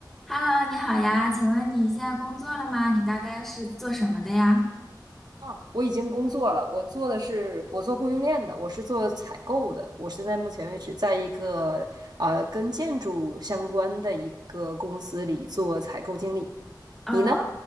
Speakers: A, in the centre; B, on the right (about 60°).
A: Hello，你好呀，请问你现在工作了吗？你大概是做什么的呀？
B: 啊，我已经工作了，我做的是我做供应链的，我是做采购的。我现在目前为止在一个呃跟建筑相关的一个公司里做采购经理。
A: 哦，
B: 你呢？